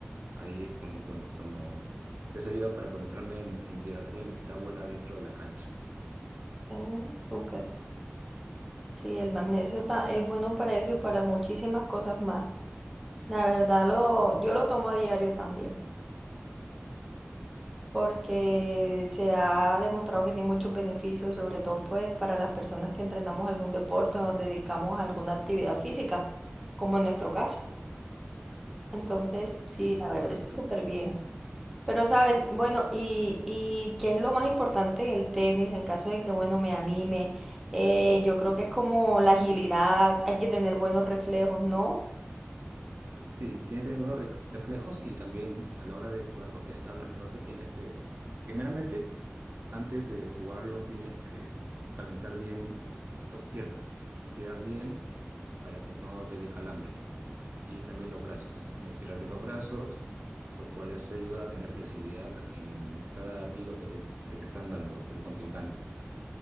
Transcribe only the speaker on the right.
Ahí, con, bueno, cuando esa ayuda para concentrarme en, en tirar bien la bola dentro de la cancha.
Sí,
correcto.
Sí, tienes que tener buenos re- reflejos y también a la hora de poder contestar las pelotas tienes que, bueno, primeramente, antes de jugarlo tienes que calentar bien las piernas, estirar bien para que no te dé calambre y también los brazos. Estirar bien los brazos, lo cual eso ayuda a tener flexibilidad en cada tiro que te, que te están dando el contrincante.